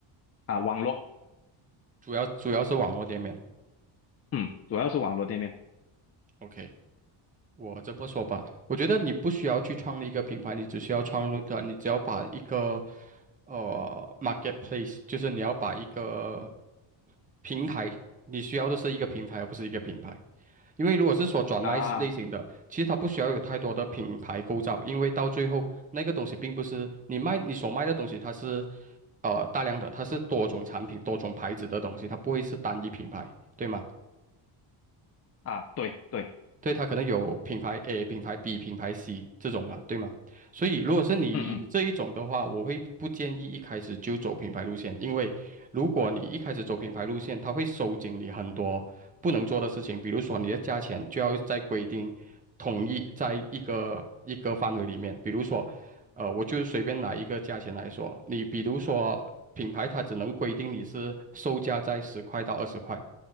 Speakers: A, on the left; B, on the right.
A: 啊，网络，
B: 主要主要是网络店面。
A: 嗯，主要是网络店面
B: OK。我这么说吧，我觉得你不需要去创立一个品牌，你只需要创立呃，你只要把一个呃 marketplace，就是你要把一个平台，你需要的是一个平台，而不是一个品牌。因为如果是说转卖类型的，
A: 啊
B: 其实它不需要有太多的品牌构造，因为到最后那个东西并不是你卖你所卖的东西，它是呃大量的，它是多种产品、多种牌子的东西，它不会是单一品牌，对吗？
A: 啊，对对，
B: 对，它可能有品牌 A、品牌 B、品牌 C 这种嘛，对吗？所以如果是你以这一种的话，
A: 嗯
B: 我会不建议一开始就走品牌路线，因为如果你一开始走品牌路线，它会收紧你很多不能做的事情，比如说你的价钱就要在规定统一在一个一个范围里面，比如说，呃，我就随便拿一个价钱来说，你比如说品牌它只能规定你是售价在十块到二十块。